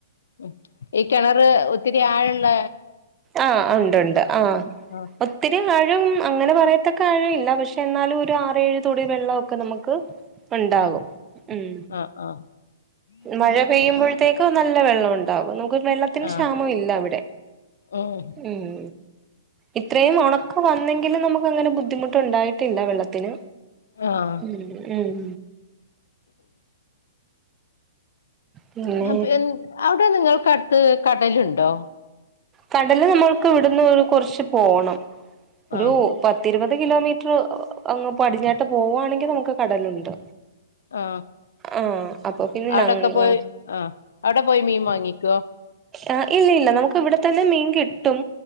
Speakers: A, on the left; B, on the right.
A: ഉം ഈ കെണറ് ഒത്തിരി ആഴുള്ള
B: ആഹ് ഉണ്ട് ഉണ്ട് ആഹ്
A: ആഹ്
B: ഒത്തിരി ആഴ ഴും അങ്ങനെ പറയത്തക്കെ ആഴം ഇല്ല പക്ഷെ എന്നാലും ഒരു ആറേഏഴ് തൊടി വെള്ളമൊക്കെ നമുക്ക് ഉണ്ടാകും
A: ആഹ്
B: ഉം
A: ആഹ് ആഹ്
B: മഴ പെയ്യുമ്പോഴത്തേക്കും നല്ല ല്ല വെള്ള ഉണ്ടാവും വെള്ളത്തിന്
A: ആഹ്
B: ക്ഷാമം ഇല്ല അവിടെ
A: ഉം
B: മ്മ് ഇത്രയും ഒണക്ക് വന്നെങ്കിലും നമു അങ്ങനെ ബുദ്ധിമു ണ്ടായിട്ടില്ല വെള്ളത്തില്
A: ആഹ്
B: ഉം ഉം പിന്നെ
A: ങ്പ് ൻ അവിടെ നിങ്ങൾ കട് ത് കടല്ണ്ടോ
B: കടല് നമ്മൾക്ക് ഇവിടുന്ന് കൊർച്ച് പോണം ഒരു
A: ആഹ്
B: പത്തിരുപത് കിലോമീറ്റ്റ് അങ്ങ് പടിഞ്ഞാട്ട് പോവാണെങ്കിൽ നമുക്ക് കടലുണ്ട്
A: ആ
B: ആഹ് അപ്പൊ പിന്നെ
A: അവ്ടെക്കെ
B: ഞങ്ങ
A: പോയി ആ അവ്ടെ പോയി മീൻ വാങ്ങിക്കോ
B: ആ ഇല്ലില്ല നമ്മ ക്വ്ടെത്തന്നെ മീൻ കിട്ടും